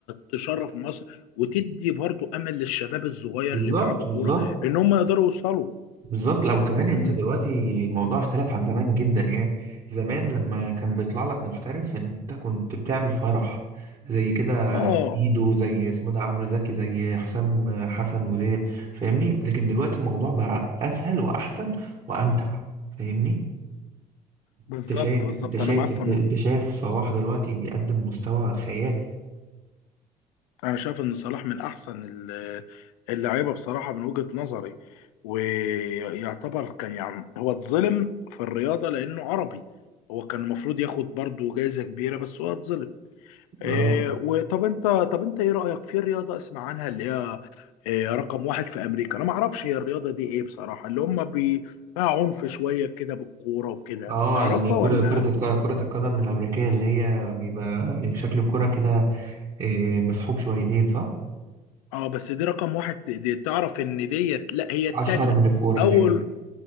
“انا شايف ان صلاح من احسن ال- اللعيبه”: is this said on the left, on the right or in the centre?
Left